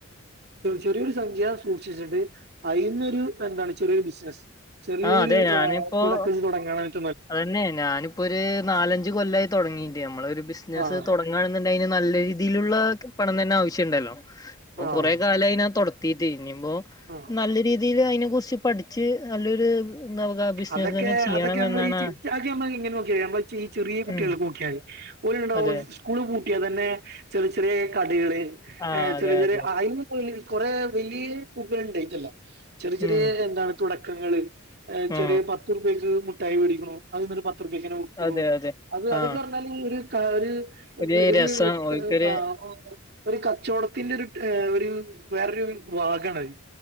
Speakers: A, on the right; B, on the left.
A: ചെറിയൊരു സംഖ്യ സൂക്ഷിച്ചിട്ട് അയ് ഇന്നൊരു എന്താണ് ചെറിയൊരു ബിസിനസ് ചെറിയൊരു
B: ആ അതെ
A: <unintelligible>
B: ഞാനിപ്പോ
A: തുടങ്ങനെങ്കി
B: അതന്നെ ഞാനിപ്പൊരു നാലഞ്ച് കൊല്ലായി തുടങ്ങീട്ട് നമ്മളെരു ബിസിനസ്സ്
A: ആഹ്
B: തൊട്ങ്ങാ ണുണ്ടെങ്കിൽ നല്ല രീതിയിലുള്ള പണം തന്നെ ആവശ്യണ്ടല്ലോ പ്പൊ
A: ആഹ്
B: കൊറെ കാലം ആയി ഞാൻ തൊട്ത്തീട്ട് ഇഞ്ഞ്പോ
A: ആഹ്
B: നല്ല രീതി രീതില് അതിനെ കുർച്ച് പഠിച്ച് നല്ലൊരു എന്താ പറയാ ബിസിനസ്
A: അതൊക്കെ
B: തന്നെ ചെയ്യണം
A: അതൊക്കെ നമ്മൾ
B: എന്നാണ്
A: ഈ ചി
B: ആ-
A: ഇങ്ങനെ നോക്കതി നമ്മ ചീ ഈ ചെറിയ കുട്ടികളൊക്കെ
B: ഉം
A: നോക്കിയാതി ഓലുണ്ടാവും
B: അതെ
A: സ്കൂള് പൂട്ടിയാൽ തന്നെ ചെറിയ ചെറിയ കടകള്
B: ആ
A: ഏ
B: അതെ
A: ചെറിയ ചെറിയ
B: അതെ
A: അയിന് പോ കൊറെേ വലിയ പൂക്കൾ ഉണ്ടായിട്ടല്ല ചെറിയ ചെറിയ
B: ഉം
A: എന്താണ് തുടക്കങ്ങള്
B: ആ
A: ചെറിയ പത്തുർപക്ക് മുഠായി മേടിക്കുണു അതിന്നൊരു പ പത്തുർപ്പിക്കന്നെ വിക്കുണു
B: അതെ അതെ
A: അത് അതൊക്കെ
B: ആ
A: ർഞ്ഞാല് ഒരു ക ഒർ
B: ഒരു
A: ഒർ
B: രസം ഓൽക്കൊരു
A: ആ ഒരു കച്ചവടത്തിന്റെ ഒർ ഒരു വേറരു വാഗണത്